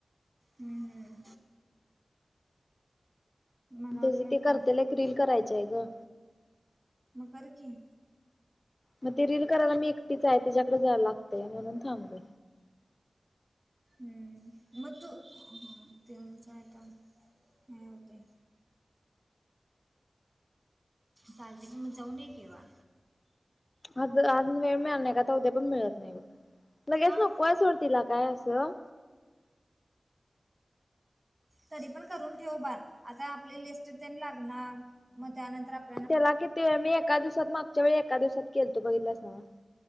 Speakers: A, on the right (about 35°); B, on the left (about 35°).
A: हम्म हम्म. मला वाटलं
B: तेच ते
A: का
B: करतेल ते एक रील करायचय ग.
A: मग कर की.
B: मग ते रील करायला मी एकटीच हाय, तिच्याकडे जाया लागतय म्हणून थांबले.
A: हम्म, म तु हा <unintelligible> <unintelligible> ते <unintelligible> चालते की, मग जाऊन ये किवा
B: आज जर, आज वेळ मिळाल नाय का आता उद्या पण मिळत नाय बग, लगेच
A: का
B: नकोय सोड तीला काय असं
A: तरी पण करून ठेव बा, आता आपली लिस्ट तेन लागणार मग त्यानंतर आप
B: त्याला किती वेळ मी एका दिवसात मागच्या वेळी एका दिवसात केलतो, बघितलास नाव